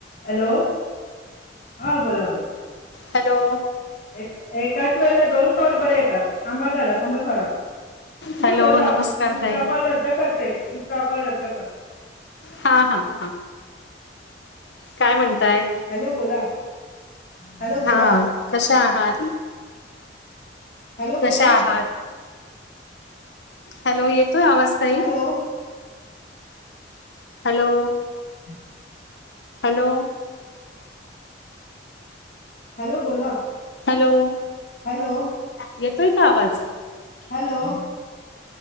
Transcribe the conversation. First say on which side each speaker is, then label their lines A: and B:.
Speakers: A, on the left; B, on the left.
A: Hello हा बोला बोला.
B: हॅलो.
A: एक एकाच वेळेला दोन पावडरेत. थांबा जरा. थांबा जरा. तुम्ही
B: हॅलो
A: बोला.
B: नमस्कार
A: दुसरा
B: ताई
A: कॉल रद्द करते. -रा कॉल रद्द करते.
B: हा हा हा काय म्हणताय?
A: हॅलो बोला. हॅलो बोला
B: हा कशा आहात?
A: हॅलो
B: कशा
A: बोला.
B: आहात हॅलो येतोय आवाज? ताई
A: हॅलो.
B: हॅलो.
A: <inaudible>
B: हॅलो.
A: हॅलो बोला.
B: हॅलो.
A: हॅलो
B: येतोय का आवाज.
A: हॅलो.